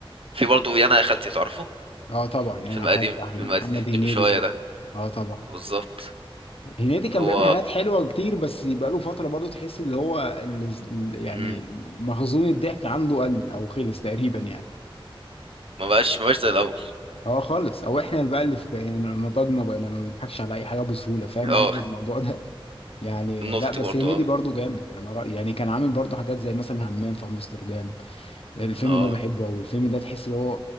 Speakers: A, on the right; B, on the left.
A: في برضو يانا يا خالتي تعرفه
B: اه طبعا يعني
A: فيلم
B: انا خدت
A: قديم
B: أحمد-
A: فيلم
B: محمد
A: قديم
B: هنيدي
A: شويه
B: طبعا
A: ده
B: اه طبعا
A: بالظبط
B: هنيدي كان
A: هو
B: بيعمل حاجات حلوه كتير بس بقاله فتره برضو تحس اللي هو اللي يعني
A: مم.
B: مخزون الضحك عنده قل او خلص تقريبا يعني
A: ما بقاش ما بقاش زي الاول
B: هو خالص او احنا اللي بقى اللي في بقينا نضجنا بقينا ما بنضحكش على اي حاجه بسهوله فاهم
A: اه
B: قصدي الموضوع ده <laughs> يعني
A: النقطه
B: لا بس
A: دي برضو
B: هنيدي
A: اه
B: برضو جامد انا رايي يعني كان عامل برضو حاجات زي مثلا همام في امستردام الفيلم
A: اه
B: ده بحبه قوي الفيلم ده تحس اللي هو